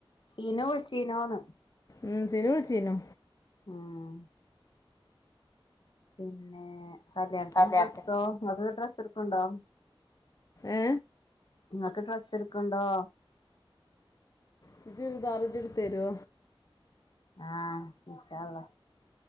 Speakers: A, on the left; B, on the left.
A: ചീനോ വിളിച്ചീനോന്ന്
B: ഉം സിനു വിളിച്ചീനു
A: ഉം പിന്നെ കല്യാണത്തിന്റെ
B: കല്യാണത്തിന്
A: ഡ്രസ്സോ നിങ്ങക്ക് ഡ്രസ്സ് എടുക്കണ്ടോ?
B: ഏ
A: നിങ്ങക്ക് ഡ്രസ്സ് എടുക്ക്ണ്ടോ?
B: ചൂരിദാറ് ഇജ്ജ് എടുതരോ?
A: ആഹ ഇൻഷാ അള്ളാ